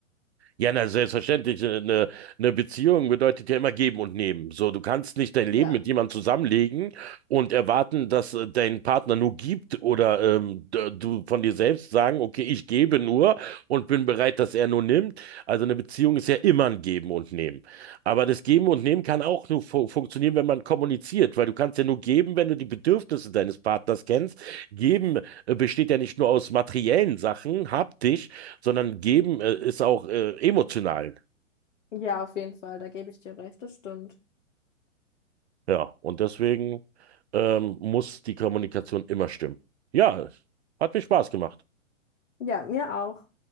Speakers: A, on the right (about 55°); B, on the left (about 65°).
A: Ja, na, selbstverständlich. Eine, eine Beziehung bedeutet ja immer geben und nehmen. So, du kannst nicht dein Leben
B: Ja.
A: mit jemandem zusammenlegen und erwarten, dass äh, dein Partner nur gibt oder ähm, d- du von dir selbst sagen, okay, ich gebe nur und bin bereit, dass er nur nimmt. Also eine Beziehung ist ja immer ein Geben und Nehmen. Aber das Geben und Nehmen kann auch nur fu funktionieren, wenn man kommuniziert, weil du kannst ja nur geben, wenn du die Bedürfnisse deines Partners kennst. Geben äh, besteht ja nicht nur aus materiellen Sachen, haptisch, sondern geben äh, ist auch äh, emotional.
B: Ja, auf jeden Fall, da gebe ich dir recht, das stimmt.
A: Ja, und deswegen ähm, muss die Kommunikation immer stimmen. Ja, hat mir Spaß gemacht.
B: Ja, mir auch.